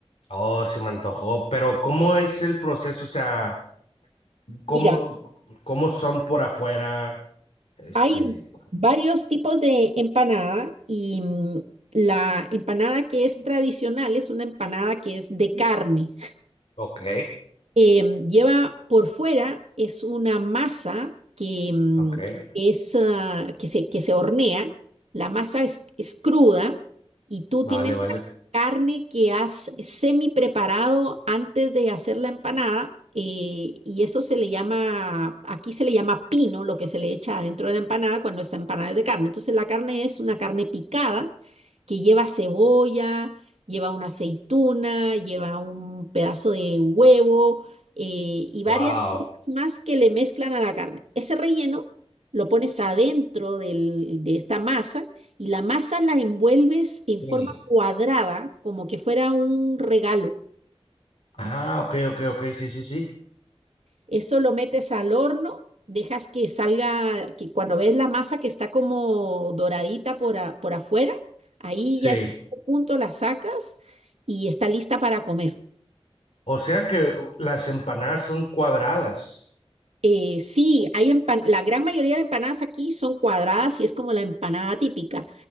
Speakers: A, on the left (about 70°); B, on the right (about 85°).
A: Oh, se me antojó. Pero ¿cómo es el proceso? O sea, ¿cómo,
B: Mira,
A: cómo son por afuera? Este,
B: Hay varios tipos de empanada y mm, la empanada que es tradicional es una empanada que es de carne
A: ok,
B: eh, lleva por fuera, es una masa que mm,
A: ok.
B: es, ah, que se, que se hornea, la masa es, es cruda y tú
A: Vale,
B: tienes
A: vale.
B: la carne que has semi preparado antes de hacer la empanada eh, y eso se le llama, aquí se le llama pino, lo que se le echa adentro de la empanada cuando esta empanada es de carne. Entonces la carne es una carne picada que lleva cebolla, lleva una aceituna, lleva un pedazo de huevo eh, y
A: Wow.
B: varias cosas más que le mezclan a la carne. Ese relleno lo pones adentro del- de esta masa y la masa la envuelves en
A: Sí.
B: forma cuadrada, como que fuera un regalo.
A: Ah, ok, ok, ok, sí, sí, sí.
B: Eso lo metes al horno, dejas que salga, que cuando ves la masa que está como doradita por, a- por afuera, ahí
A: Sí.
B: ya está a punto, la sacas y está lista para comer.
A: O sea que uh, las empanadas son cuadradas.
B: Eh, sí, hay empan- la gran mayoría de empanadas aquí son cuadradas y es como la empanada típica.